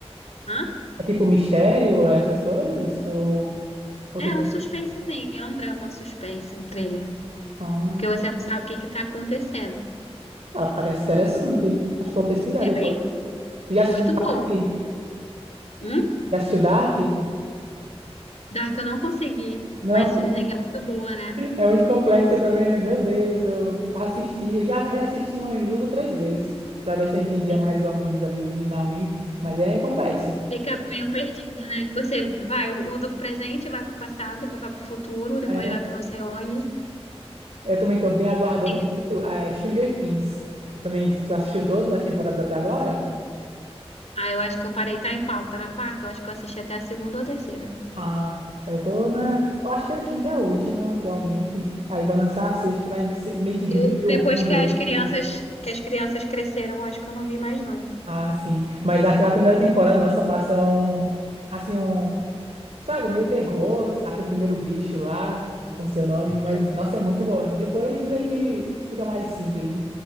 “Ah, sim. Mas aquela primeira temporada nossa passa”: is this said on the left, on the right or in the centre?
Right